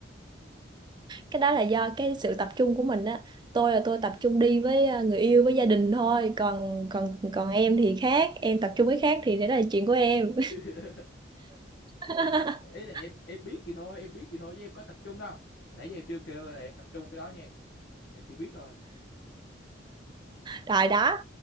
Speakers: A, on the right (about 25°); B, on the left (about 75°).
A: cái đó là do cái sự tập trung của mình á tôi là tôi tập trung đi với ờ, người yêu với gia đình thôi còn còn còn em thì khác em tập trung với khác thì đó là chuyện của em
B: <laughs>
A: <laughs>
B: Không, ý là em em biết gì thôi em biết gì thôi chứ em có tập trung đâu Hồi nãy giờ em chưa kêu là em tập trung cái đó nha em chỉ biết thôi
A: rồi đó